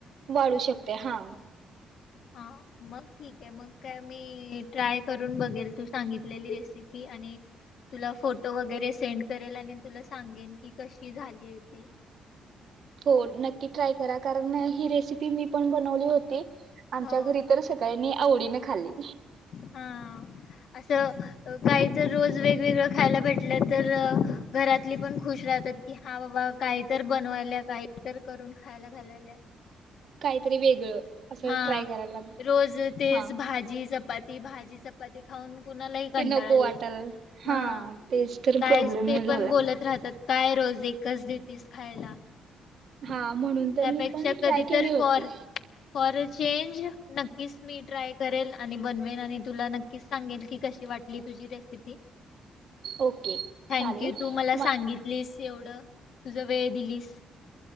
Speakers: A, on the right; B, on the left.
A: वाढू शकते हा.
B: हा मग ठीक आहे मग काय मी ट्राय करून बघेल तू सांगितलेली रेसिपी. आणि तुला फोटो वगैरे सेंड करेल, आणि तुला सांगेन की कशी झाली होती.
A: हो नक्की ट्राय करा कारण ही रेसिपी मी पण बनवली होती आमच्या
B: हो.
A: घरी तर सगळ्यांनी आवडीने खाल्ली.
B: हा असं काहीतर रोज वेगवेगळं खायला भेटलं तर घरातली पण खुश राहतात कि हा बाबा काहीतर बनवायल्या काहीतर करून खायला घालायल्या.
A: काहीतरी वेगळं असं
B: हा
A: ट्राय करायला लाग
B: रोज तेच
A: हा
B: भाजी, चपात ती भाजी, चपाती खाऊन कुणालाही
A: ते
B: कंटाळा
A: नको
B: येईल
A: वाटाल
B: हा
A: तेच तर
B: काय
A: प्रॉब्लेम
B: ते
A: झालाय.
B: पण बोलत राहतात काय रोज एकच देेतीस खायला.
A: हा
B: त्यापेक्षा
A: म्हणून तर मी पण
B: कधी
A: ट्राय केली
B: तर <unintelligible>
A: होती.
B: नक्कीच मी ट्राय करेल आणि बनवेल आणि तुला नक्कीच सांगेल कि कशी वाटली तुझी रेसिपी
A: ओके
B: थँक
A: चालेल.
B: यू तू मला
A: म
B: सांगितलीस एवढ तुझ- वेळ दिलीस.